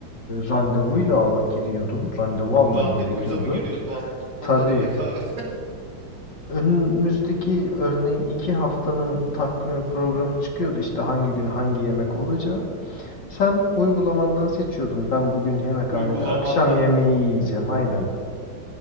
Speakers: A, on the left; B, on the right.
A: randevuyla ala- giriyordun. Randevu alman
B: Randevuyla
A: gerekiyordu.
B: mı giriyor? What? O
A: Tabii
B: ne demek abi?
A: Önümüzdeki örneğin iki haftanın takvimi programı çıkıyordu işte hangi gün hangi yemek olacağı. Sen uygulamandan seçiyordun. Ben bugün yemekhanede
B: uygulamandan.
A: akşam yemeği yiyeceğim aynen.